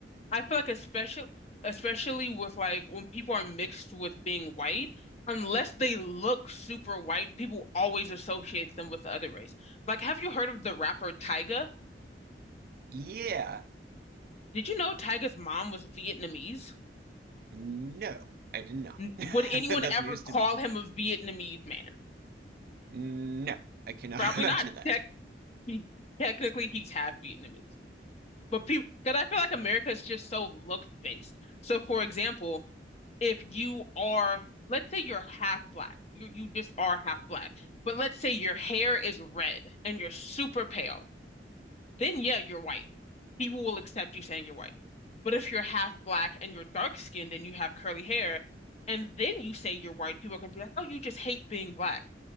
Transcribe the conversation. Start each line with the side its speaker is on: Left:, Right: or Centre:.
Left: I feel like especially especially with like when people are mixed with being white, unless they look super white, people always associate them with the other race. Like, have you heard of the rapper Tyga?
Right: Yeah,
Left: Did you know Tyga's mom was Vietnamese?
Right: no, I did not.
Left: N-
Right: <laughs>
Left: Would anyone
Right: That's
Left: ever
Right: news
Left: call
Right: to me.
Left: him a Vietnamese man?
Right: No, I cannot
Left: Probably
Right: <laughs> imagine
Left: not.
Right: that.
Left: Tech he technically he's half Vietnamese. But people, because I feel like America is just so looks based. So, for example, if you are, let's say you're half black, you you just are half black, but let's say your hair is red and you're super pale, then yeah, you're white. People will accept you saying you're white. But if you're half black and you're dark skinned and you have curly hair, and then you say you're white, people are gonna be like, oh, you just hate being black.